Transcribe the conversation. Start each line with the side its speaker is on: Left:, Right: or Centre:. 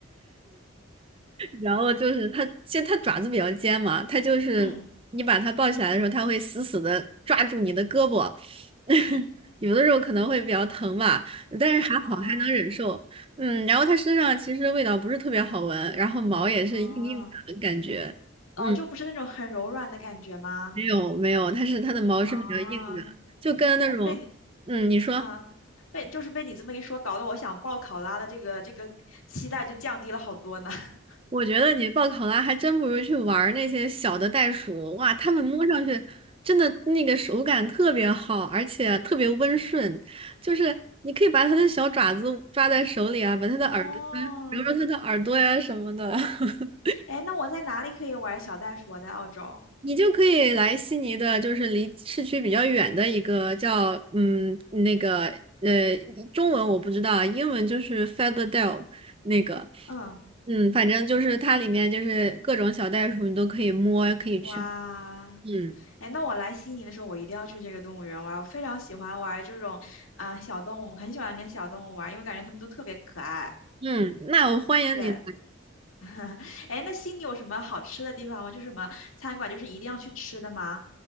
Right: 然后就是它，其实它爪子比较尖嘛，它就是你把它抱起来的时候，
Left: 嗯
Right: 它会死死的抓住你的胳膊，<laughs>
Left: 嗯，
Right: 有的时候可能会比较疼吧，但是还好还能忍受。
Left: 哦
Right: 嗯，然后它身上其实味道不是特别好闻，然后毛也是硬硬的感觉。
Left: 哦哦，
Right: 嗯，
Left: 就不是那种很柔软的感觉吗？
Right: 没有没有，它是它的毛是比较硬的，
Left: 啊，
Right: 就跟那种，
Left: 被。
Right: 嗯，你说。
Left: 啊，被就是被你这么一说，搞得我想报考拉的这个这个期待就降低了好多呢。<laughs>
Right: 我觉得你报考拉还真不如去玩儿那些小的袋鼠，哇，它们摸上去真的那个手感特别好，而且特别温顺，就是你可以把它的小爪子抓在手里啊，把它的耳朵啊揉揉它的耳朵呀、
Left: 哦，
Right: 什么的。<laughs>
Left: 哎，那我在哪里可以玩小袋鼠啊？在澳洲。
Right: 你就可以来悉尼的，就是离市区比较远的一个叫嗯那个呃中文我不知道啊，英文就是 Featherdale 那个，
Left: 嗯，
Right: 嗯，反正就是它里面就是各种小袋鼠你都可以摸，可以去，
Left: 哇，
Right: 嗯
Left: 哎，那我来悉尼的时候，我一定要去这个动物园玩儿我非常喜欢玩儿这种啊、小动物，很喜欢跟小动物玩儿因为感觉它们都特别可爱。
Right: 嗯，那我欢迎你来。
Left: 对，<laughs> 哎那悉尼有什么好吃的地方吗？就是什么餐馆，就是一定要去吃的吗？